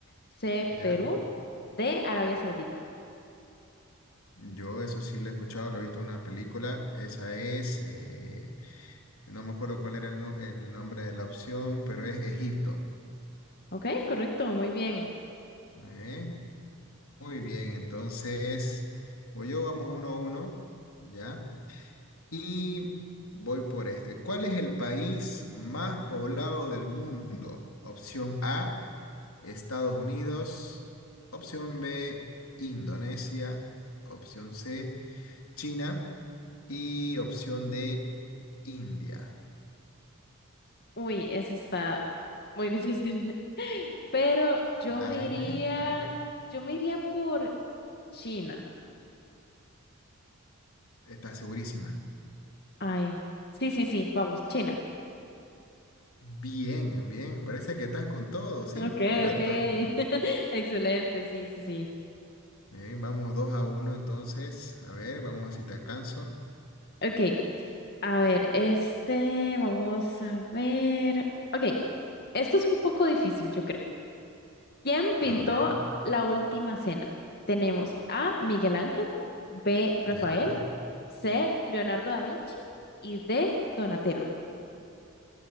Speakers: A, on the left (about 45°); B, on the left (about 70°).
A: C,
B: ya.
A: Perú, D, Arabia Saudita.
B: Yo eso sí lo he escuchado, lo he visto en una película. Esa es, eh, no me acuerdo cuál era el, no- el nombre de la opción, pero es Egipto.
A: Ok, correcto, muy bien.
B: Muy bien. Muy bien, entonces, voy yo, vamos uno a uno, ¿ya? Y voy por este. ¿Cuál es el país más poblado del mundo? Opción A, Estados Unidos. Opción B, Indonesia. Opción C. China y opción de India.
A: Uy, esa está. Muy difícil. <laughs> Pero yo
B: Dale,
A: me iría,
B: dale.
A: yo me iría por China.
B: Estás segurísima.
A: Ay, sí, sí, sí, vamos, China.
B: Bien, bien. Parece que estás con todo, ¿sí?
A: Ok,
B: Correcto.
A: ok. <laughs> Excelente, sí, sí, sí.
B: Bien, vamos dos a uno entonces. A ver, vamos a ver si te alcanzo.
A: Ok, a ver, este, vamos a ver. Ok, esto es un poco difícil, yo creo. ¿Quién pintó
B: A ver,
A: la última cena? Tenemos A. Miguel Ángel, B. Rafael,
B: ya.
A: C. Leonardo da Vinci y D. Donatello.